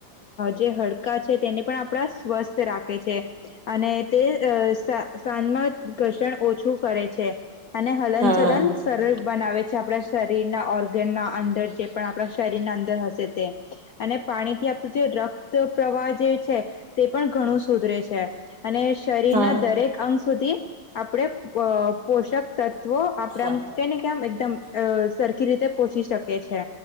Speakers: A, on the left; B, on the right.
A: જે હડકા છે તેને પણ આપણા સ્વસ્થ રાખે છે અને તે સાજમાં ઘર્ષણ ઓછું કરે છે અને હલનચલન
B: હા
A: સરળ બનાવે છે આપણા શરીર શરીર ઓર્ગન ના અંદર જે પણ આપણા શરીરના અંદર હશે તે અને પાણીથી આપણું જે ર રક્ત પ્રવાહ જે છે તે પણ ઘણું સુધરે છે. અને શરીરના
B: હા
A: દરેક અંગ સુધી આપણે અ પોષક તત્વો આપણે
B: હા
A: આમ કે ને કે આમ એકદમ અ સરખી રીતે પોહોચી શકે છે